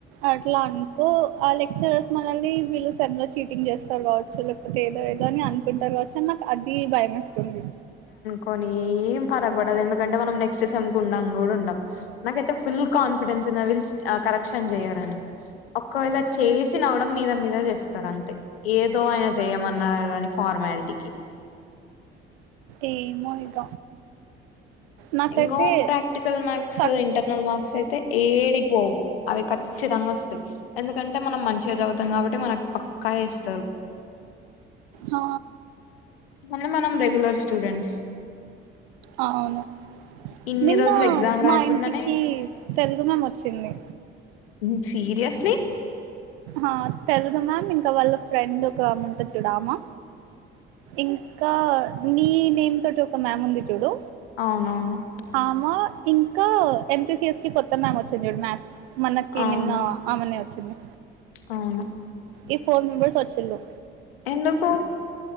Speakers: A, on the right (about 80°); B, on the left (about 80°).
A: అట్లా అనుకో ఆ లెక్చరర్స్ మనల్ని వీళ్ళు సెమ్ లో చీటింగ్ చేస్తారు కావచ్చు లేక్ ఎది ఇది అని అనుకుంటారు కావచ్చు అని నాకు అది భయమేస్తుంది
B: కొన్ని ఏం ఫరక్ పడది ఎందుకంటే మనం నెక్స్ట్ సెమ్ కు ఉండం కూడా ఉండం నాకైతే ఫుల్ కాన్ఫిడెన్స్ తునవిల్స్ ఆ కరెక్షన్ చేయారని ఒకవేళ చేసిన కూడా మీద మీద చేస్తారు అంతే ఏదో ఆయన చేయమన్నారు అని ఫార్మాలిటీ ఇంటికి
A: ఏమొ ఇగ నాకైతే
B: ఇంగో ప్రాక్టికల్ మార్క్స్
A: తక్
B: ఇంటర్నల్ మార్క్స్ అయితయి ఏడికి వోవు అవి ఖచ్చితంగా అస్తాయి ఎందుకంటే మనం మంచిగా చదువుతం కాబట్టి మనకు పక్క ఎస్తరు
A: ఆ
B: మళ్ళా మనం రెగ్యులర్ స్టూడెంట్స్
A: ఆ అవును
B: ఇన్ని
A: నిన్న
B: రోజులు ఎగ్జామ్ రాయకుండానే
A: మా ఇంటికి తెలుగు మేం వోచ్చింది
B: ఉ సీరియస్లీ
A: ఆ తెలుగు మ్యామ్ ఇంకా వాళ్ళ ఫ్రెండ్ ఒక ఆముంటది చూడ్ ఆమా ఇంకా నీ నేమ్ తోటి ఒక మ్యామ్ ఉంది చూడు
B: అవునవును
A: ఆమ ఇంకా ఎంపిసిఎస్ కి కొత్త మ్యామ్ వచ్చింది చూడు మ్యాథ్స్ మనకి
B: అవును
A: నిన్న ఆమెనే వచ్ చ్చింది
B: అవును
A: ఈ ఫోర్ మెంబర్స్ వచ్చిల్లు
B: ఎందుకు